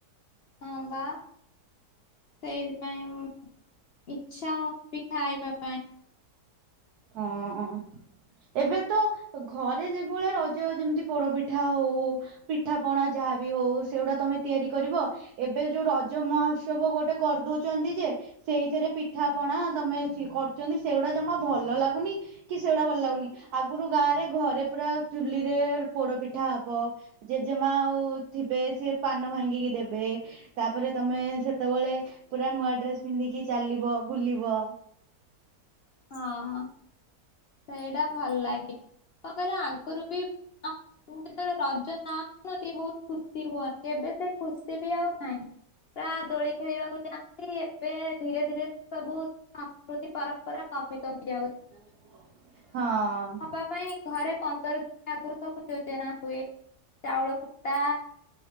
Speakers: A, on the left; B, on the right.
A: ହଁ ବା ସେଇଥିପାଇଁ ଇଛା ହେଉନି ଖାଇବା ପାଇଁ।
B: ହଁ। ଏବେ ତ ଘରେ ଯେ ଭଳିଆ ରଜ ଯେମିତି ପୋଡପିଠା ହଉ। ପିଠା ପଣା ଯାହାବି ହଉ ସେଗୁଡା ତମେ ତିଆରି କରିବ। ଏବେ ଯୋଉ ରଜ ମହୋତ୍ସବ ଗୋଟେ କରିଦଉଛନ୍ତି ଯେ ସେଇଥିରେ ପିଠା ପଣା ତମେ ବେସି କରୁଛନ୍ତି ସେଇଗୁଡା ଜମା ଭଲ ଲାଗୁନି। କି ସେଗୁଡା ଭଲ ଲାଗୁନି। ଆଗୁରୁ ଗାଁ ରେ ଘରେ ପୁରା ଚୁଲିରେ ପୋଡ ପିଠା ହବ। ଜେଜେମା ଆଉ ଥିବେ ସିଏ ପାନ ଭାଙ୍ଗିକି ଦେବେ। ତାପରେ ତମେ ସେତେବେଳେ ପୁରା ନୂଆ ଡ୍ରେସ ପିନ୍ଧିକି ଚାଲିବ ବୁଲିବ।
A: ହଁ। ସେଇଟା ଭଲ ଲାଗେ। କଣ କହିଲେ ଆଣଗରୁ ବି <unintelligible> ମୁଁ ଯେତେବେଳେ ରଜ ମନାନ୍ତି ବହୁତ ଖୁସି ହୁଅନ୍ତି। ଏବେ ସେ ଖୁସି ବି ଆଉ ନାହିଁ। ଗାଁ ଦୋଳି ଖେଳିବାକୁ ଯାଆନ୍ତି। ଏବେ ଧୀରେ ଧୀରେ ସବୁ ସଂସ୍କୃତି ପରମ୍ପରା କମି କମି ଯାଉଛି।
B: ହଁ।
A: ପିଠାପାଇଁ ଘରେ ପନ୍ଦର ଦିନ ଆଗରୁ ସବୁ ଯୋଜନା ହୁଏ। ଚାଉଳ କୁଟା